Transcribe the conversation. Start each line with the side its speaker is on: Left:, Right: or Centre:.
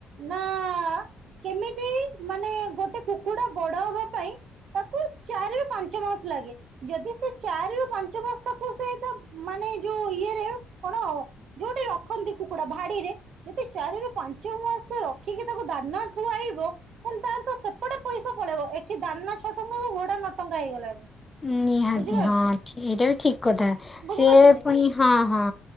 Right: ନା କେମିତି ମାନେ ଗୋଟେ କୁକୁଡା ବଡ ହବା ପାଇଁ। ତାକୁ ଚାରିରୁ ପାଞ୍ଚ ମାସ ଲାଗେ ଯଦି ସେ ଚାରିରୁ ପାଞ୍ଚ ମାସ ସେ ତା ମାନେ ଯୋଉ ଇଏରେ କଣ ଯୋଉଠି ରଖନ୍ତି କୁକୁଡା ଭାଡିରେ। ଯଦି ଚାରିରୁ ପାଞ୍ଚ ମାସ ରଖିକି ତାକୁ ଦାନା ଖୁଆଇବ। ତାଲେ ତାର ତ ସେପଟେ ପଇସା ପଳେଇବ ଏଠି ଦାନା ଛଅ ଟଙ୍କା କୁ ଘୋଡା ନ ଟଙ୍କା ହେଇଗଲାଣି।
Left: ନିହାତି
Right: ବୁଝିପାରୁଛ
Left: ହଁ ଏଇଟା ବି ଠିକ କଥା
Right: ବୁଝିପାରୁଛନ୍ତି
Left: ସିଏ ପୁଣି ହଁ ହଁ।